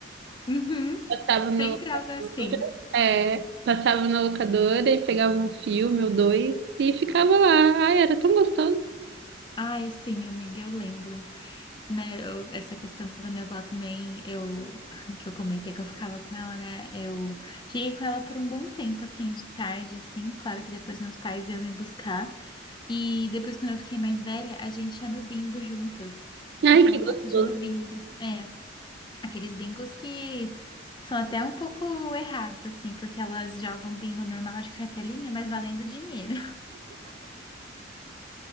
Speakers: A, on the left; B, on the right.
A: Uhum,
B: passava na
A: sempre
B: locadora,
A: algo assim.
B: é, passava na locadora e pegava um filme ou dois e ficava lá. Ai, era tão gostoso.
A: Ai, sim, amiga, eu lembro. né, eu- essa questão da minha avó também, eu, <laughs> que eu comentei que eu ficava com ela, né, eu fiquei com ela por um bom tempo, assim, de tarde, assim, claro que depois meus pais iam me buscar, e depois quando eu fiquei mais velha, a gente ia no bingo juntas, porque
B: Ai, que
A: ela gosta
B: gostoso.
A: de ir no bingo, é, aqueles bingos que são até um pouco errados, assim, porque elas jogam bingo normal de cartelinha, mas valendo dinheiro. <laughs>